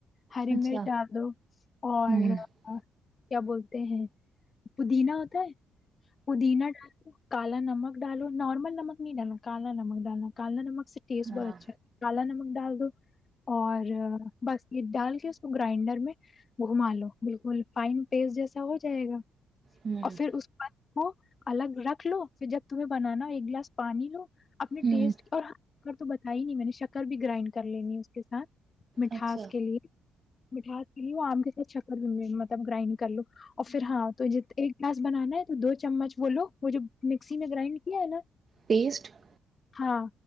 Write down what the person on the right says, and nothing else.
اچھا
ہ ہ
ہاں
ہ ہ
ہوں
اچھا
پیسٹ <unintelligible>